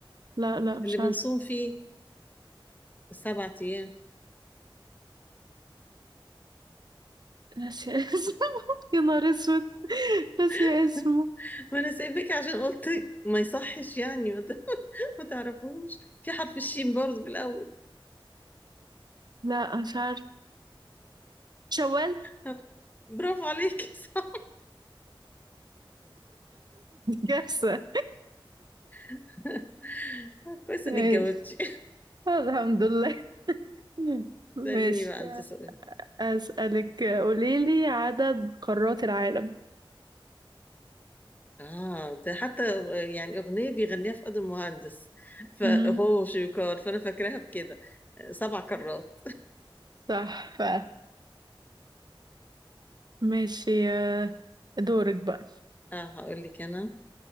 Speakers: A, on the right (about 50°); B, on the left (about 20°).
A: لا لا مش
B: اللي بنصوم
A: عارفة
B: فيه السبع أيام
A: ناسية اسمه <laughs> يا نهار اسود ناسية
B: <laughs>
A: اسمه
B: ما أنا سايبك عشان قلت ما يصحش يعني <laughs> ما تعرفوش في حرف الشين برضه في الأول
A: لا مش عارفة شوال
B: <laughs> برافو عليكي صح
A: <laughs> كارثة
B: <laughs> كويس
A: إيش؟
B: انك جاوبتي
A: الحمد لله <laughs> ماشي
B: سأليني بقى انت سؤال
A: أسألك قوليلي عدد قارات العالم
B: اه ده حتى يعني اغنيه بيغنيها في قدر المهندس فهو
A: مهم.
B: شويكار فانا فاكراها بكده سبع كرات
A: صح بقى ماشي آه، دورك بقى
B: اه هقول لك انا